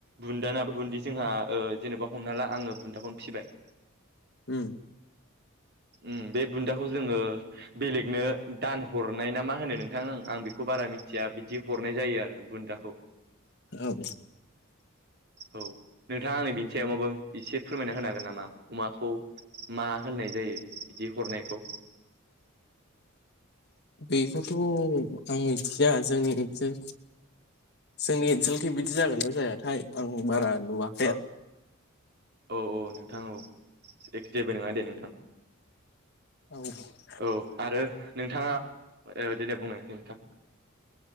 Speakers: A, on the right; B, on the left.
A: बुन्दा ना बुन्दि जोंहा जेनेबा हमना ला आङो बुन्दाखौनो फिबाय
B: उम।
A: उम बे बुन्दाखौ जोङो बेलेगनो दान हरनाय ना मा होनो नोंथां? आं बेखौ बारा मिथिया बिदि हरनाय जायो आरो बुन्दाखौ।
B: औ।
A: औ नोंथाङा आंनो बिनि सायाव माबा एसे फोरमायना होनो हागोन नामा? अमाखौ मा होननाय जायो बिदि हरनायखौ?
B: बेखौथ' आं मिथिया जोंनि जो जोंनि ओनसोलखै बिदि जागोन ना जायाथाय आं बारा नुवा
A: औ औ औ नोंथां औ एखे जेबो नङा दे नोंथां
B: औ ओ
A: औ आरो नोंथाङा देनै बुंनायसाय नोंथां